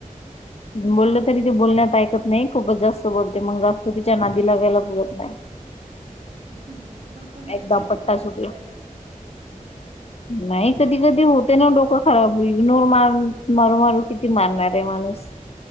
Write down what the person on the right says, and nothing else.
मग कोणी
लक्ष देत
नसेल
तिच्याकडं.